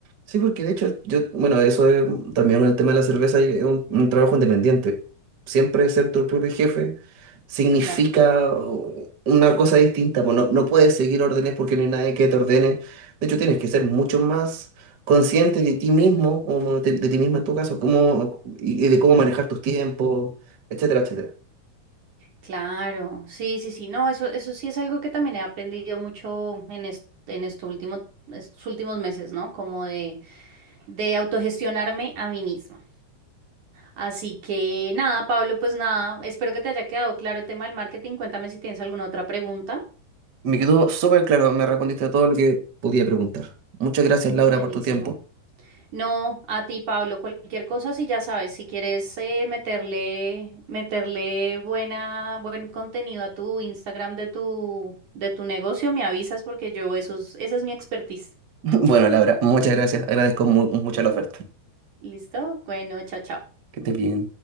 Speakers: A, on the right; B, on the right.
A: Sí, porque de hecho, yo, bueno, eso es también con el tema de la cerveza, y es un, un trabajo independiente. Siempre ser tu propio jefe significa
B: Claro.
A: una cosa distinta, pues no, no puedes seguir órdenes porque no hay nadie que te ordene. De hecho, tienes que ser mucho más consciente de ti mismo, o de, de ti misma en tu caso, cómo, y, y de cómo manejar tus tiempos, etcétera, etcétera.
B: Claro, sí, sí, sí, no, eso, eso sí es algo que también he aprendido mucho en, est- en estos últimos, estos últimos meses, ¿no? Como de, de autogestionarme a mí misma. Así que nada, Pablo, pues nada, espero que te haya quedado claro el tema del marketing. Cuéntame si tienes alguna otra pregunta.
A: Me quedó súper claro, me respondiste a todo lo que podía preguntar. Muchas gracias,
B: Buenísimo.
A: Laura, por tu tiempo. <laughs>
B: No, a ti, Pablo, cualquier cosa, si ya sabes, si quieres eh, meterle, meterle buena, buen contenido a tu Instagram de tu, de tu negocio, me avisas porque yo eso es, esa es mi expertise.
A: Bueno, Laura, muchas gracias. Agradezco mu- mucho la oferta.
B: ¿Listo? Bueno, chao, chao.
A: Que estés bien.